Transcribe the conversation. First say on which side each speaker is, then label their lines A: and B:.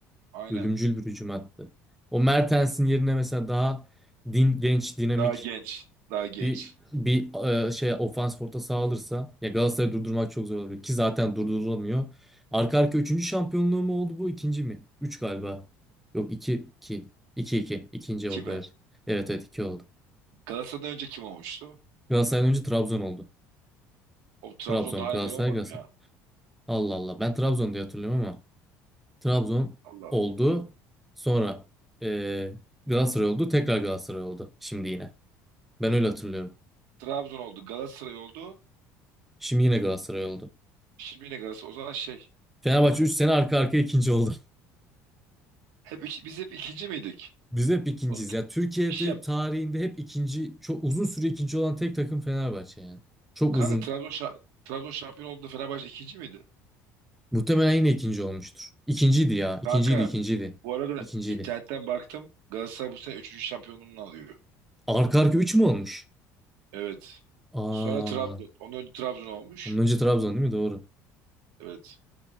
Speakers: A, on the right (about 80°); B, in the centre.
A: Aynen.
B: ölümcül bir hücum attı. O Mertens'in yerine mesela daha din, genç, dinamik
A: Daha genç. Daha genç.
B: bir bir e, şey ofans forta sağlanırsa ya Galatasaray'ı durdurmak çok zor olabilir ki zaten durdurulamıyor. Arka arka üçüncü şampiyonluğu mu oldu bu? ikinci mi? Üç galiba. Yok iki, iki. İki, iki. İkinci
A: Kime?
B: oldu evet. Evet evet iki oldu.
A: Galatasaray'dan önce kim olmuştu?
B: Galatasaray'dan önce Trabzon oldu.
A: O Trabzon
B: Trabzon,
A: daha
B: Galatasaray,
A: evvel olmadım
B: Galatasaray.
A: ya.
B: Allah Allah. Ben Trabzon diye hatırlıyorum ama Trabzon
A: Allah
B: oldu.
A: Allah.
B: Sonra e, Galatasaray oldu. Tekrar Galatasaray oldu. Şimdi yine. Ben öyle hatırlıyorum.
A: Trabzon oldu. Galatasaray oldu.
B: Şimdi yine Galatasaray oldu.
A: Şimdi yine Galatasaray. O zaman şey.
B: Fenerbahçe 3 sene arka arkaya ikinci oldu.
A: Hep iki- biz hep ikinci miydik?
B: <laughs> Biz hep ikinciyiz.
A: Oğlum,
B: Ya Türkiye'de
A: bir şey diyeceğim.
B: tarihinde hep ikinci, çok uzun süre ikinci olan tek takım Fenerbahçe yani. Çok
A: Kanka
B: uzun.
A: Trabzon, şa- Trabzon şampiyon olduğunda Fenerbahçe ikinci miydi?
B: Muhtemelen yine ikinci olmuştur. İkinciydi ya. İkinciydi,
A: Kanka
B: ikinciydi.
A: bu arada
B: İkinciydi.
A: internetten baktım. Galatasaray bu sene üçüncü şampiyonluğunu alıyor.
B: Arka arka 3 mü olmuş?
A: Evet.
B: Aa,
A: Sonra Trabzon. Ondan önce Trabzon olmuş.
B: bunun önce Trabzon değil mi? Doğru.
A: Evet.